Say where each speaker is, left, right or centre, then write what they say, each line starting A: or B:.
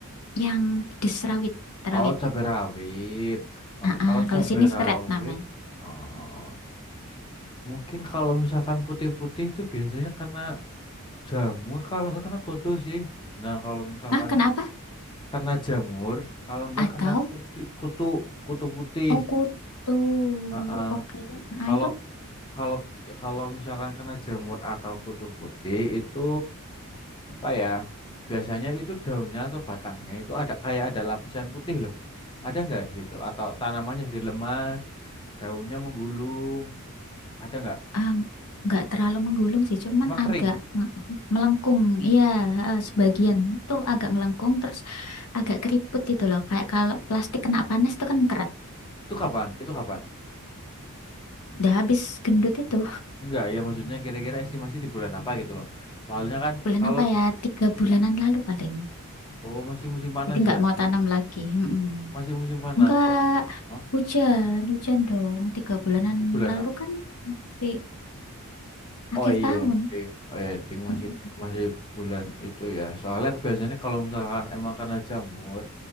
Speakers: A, on the left; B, on the left.
A: yang di serawit, terawit.
B: Oh, cabai rawit. Oke,
A: Ah, ah,
B: kalau
A: kalau
B: cabai
A: sini
B: rawit,
A: seret namanya.
B: oh, mungkin kalau misalkan putih-putih itu biasanya kena jamur, kalau nggak kena kutu sih. Nah, kalau misalkan
A: Ah, kenapa?
B: kena jamur, kalau nggak
A: Atau
B: kena kutu, kutu, kutu putih.
A: Oh kutu,
B: Heeh.
A: oke. Nah
B: Kalau
A: itu
B: Kalau kalau misalkan kena jamur atau kutu putih itu apa ya? Biasanya itu daunnya atau batangnya itu ada kayak ada lapisan putih loh. Ada nggak di situ? Atau tanamannya jadi lemas, daunnya menggulung, ada nggak?
A: ah, nggak terlalu menggulung sih, cuman
B: Cuma kering.
A: agak nge- melengkung, iya ha, sebagian
B: Hmm.
A: itu agak melengkung, terus agak keriput itu loh, kayak kalau plastik kena panas itu kan keret.
B: Itu kapan? Itu kapan?
A: Udah habis gendut itu
B: Enggak, ya maksudnya kira-kira estimasi di bulan apa gitu loh. Soalnya kan
A: bulan
B: kalau
A: apa ya? Tiga bulanan lalu paling.
B: oh masih musim panas
A: Jadi nggak
B: ya,
A: mau tanam lagi. Mm-mm.
B: masih musim panas.
A: Nggak
B: Em, oh,
A: hujan, hujan dong. Tiga bulanan
B: masih bulan
A: lalu
B: apa?
A: kan masih
B: Oh
A: akhir
B: iya,
A: tahun.
B: ding. Oh iya, ding masih
A: Mm-mm.
B: masih bulan itu ya. Soalnya biasanya kalau misalkan emang karena jamur,